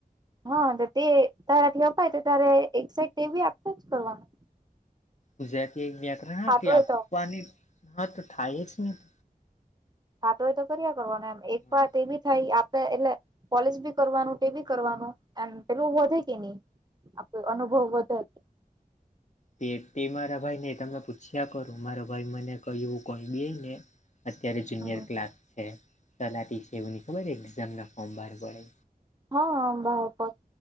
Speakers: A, on the right; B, on the left.
A: હા, તો તે તારાથી અપાય તો તારે એક સાઈડ તે બી આપવા પડવાનું.
B: ગુજરાતી વ્યાકરણ
A: થતું
B: હતી
A: હોય
B: આપવાની
A: તો
B: હા, તો થાય જ ને.
A: થાતું હોય તો કર્યા કરવાનું એમ એક
B: હા
A: વાત એવી થાય આપે એટલે કોલેજ બી કરવાનું, તે ભી કરવાનું, એમ પેલું વધે કે નહી. આપણો અનુભવ વધે.
B: તે તે મારા ભાઈને તમે પૂછ્યા કરુ, મારો ભાઈ મને કહ્યું કોઈ બે ને અત્યારે જુનિયર
A: હમ
B: ક્લાક છે, તલાટી છે એવું ખબર, એઝામના ફોર્મ બહાર પડે.
A: હા, બહાર પર